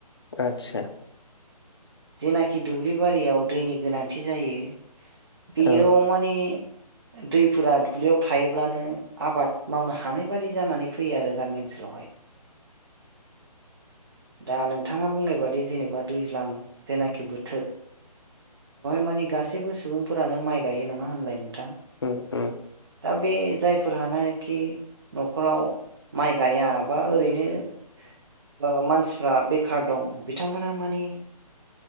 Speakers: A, on the left; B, on the right.
A: आतसा।
B: जेनाखि दुब्लि बारियाव दैनि गोनांथि जायो बेयाव
A: औ
B: माने दैफोरा दुब्लियाव थायोब्लानो आबाद मावनो हानाय बादि जानानै फैयो आरो गामि ओनसोलावहाय। दा नोंथाङा बुंनाय बादि जेनेबा दैज्लां जेनाखि बोथोर मानि गासैबो सुबुंफोरानो माइ गायो नङा होनलाय? नोंथां
A: औ औ।
B: दा बे जायफोरहानाखि न'खराव माइ गाया बा ओरैनो मानसिफ्रा बेखार दं बिथांमोना माने